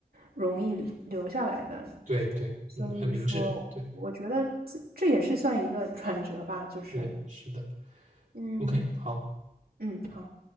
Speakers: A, on the right; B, on the right.
A: 容易留下来的。
B: 对对，
A: 所以说，
B: 嗯，很明智，对
A: 我觉得这这也是算一个转折吧，就是，
B: 对，是的
A: 嗯
B: ，OK，好。
A: 嗯，好。